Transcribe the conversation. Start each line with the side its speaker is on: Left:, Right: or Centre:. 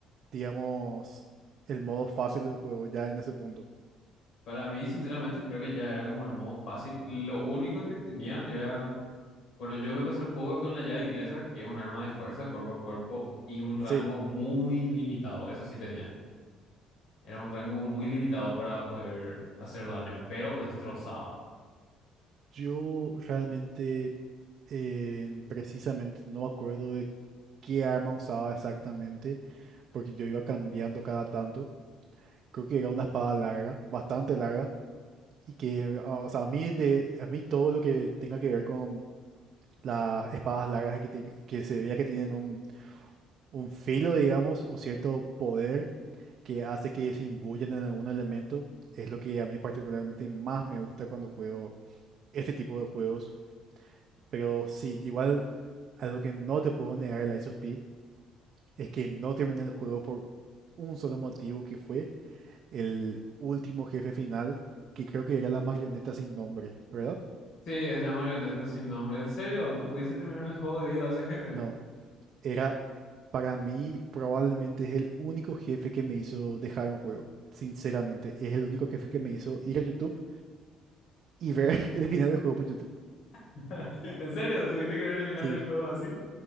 Right: digamos, el modo fácil del juego ya en ese punto.
Left: Para mí, sinceramente, creo que ya era como el modo fácil. Lo único que tenían era Bueno, yo me pasé el juego con la llave inglesa, que es un arma de fuerza cuerpo a cuerpo y un rango
Right: Sí,
Left: muy limitado. Eso sí tenía. Era un rango muy limitado para poder hacer daño, pero destrozaba.
Right: yo realmente eh, precisamente no me acuerdo de qué arma usaba exactamente, porque yo iba cambiando cada tanto. Creo que era una espada larga, bastante larga, y que, ah, o sea, a mí, de, a mí todo lo que tenga que ver con... las espadas largas que, te- que se veía que tienen un, un filo, digamos, o cierto poder que hace que se imbuyan en algún elemento. Es lo que a mí particularmente más me gusta cuando juego este tipo de juegos. Pero sí, igual algo que no te puedo negar el Lies of P es que no terminé el juego por un solo motivo que fue el último jefe final, que creo que era la marioneta sin nombre, ¿verdad?
Left: Sí, es la marioneta sin nombre. ¿En serio? ¿No pudiste terminar el juego debido a ese jefe?
Right: No. Era, para mí, probablemente es el único jefe que me hizo dejar un juego. Sinceramente, es el único jefe que me hizo ir a YouTube y ver <laughs> el final del juego por YouTube.
Left: <laughs> ¿En serio? ¿Tuviste que ver el final
Right: Sí,
Left: del juego así?